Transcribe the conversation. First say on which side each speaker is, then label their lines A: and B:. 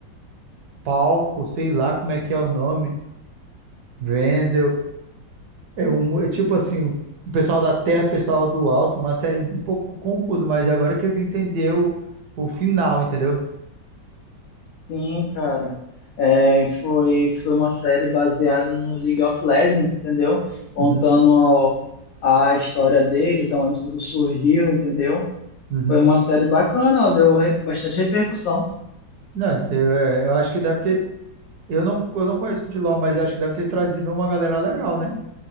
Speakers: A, on the right; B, on the left.
A: palco, sei lá como é que é o nome, Vendel, é um, é tipo assim, o pessoal da terra, o pessoal do alto, uma série um pouco confusa, mas é agora que eu vim entender o, o final, entendeu?
B: Sim, cara. É, foi, foi uma série baseada no League of Legends, entendeu? Contando
A: Uhum,
B: a história deles, da onde tudo surgiu, entendeu?
A: uhum.
B: Foi uma série bacana, ela deu re- bastante repercussão.
A: Não, eu, é, eu acho que deve ter, eu não, eu não conheço de LoL, mas acho que deve ter trazido uma galera legal, né?